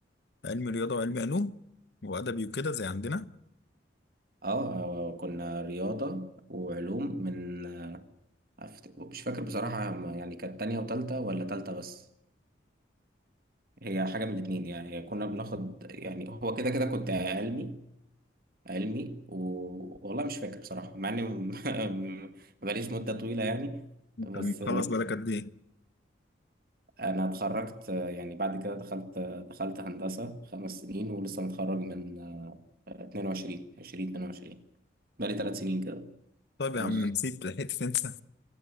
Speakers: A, on the left; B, on the right.
A: علم رياضة وعلم علوم وأدبي وكده زي عندنا
B: اه آه، كنا رياضة وعلوم من أفت- مش فاكر بصراحة ما- يعني كانت تانية وتالتة ولا تالتة بس هي حاجة من الاتنين يعني هي كنا بناخد يعني هو كده كده كنت علمي علمي و- والله مش فاكر بصراحة مع إني م- <laughs> مبقاليش مدة طويلة يعني
A: انت
B: بس
A: مخلص بالك قد ايه؟
B: أنا اتخرجت يعني بعد كده دخلت دخلت هندسة خمس سنين ولسه متخرج من 22 20 22 بقالي ثلاث سنين كده
A: طيب يا
B: أو
A: عم نسيت لحقت تنسى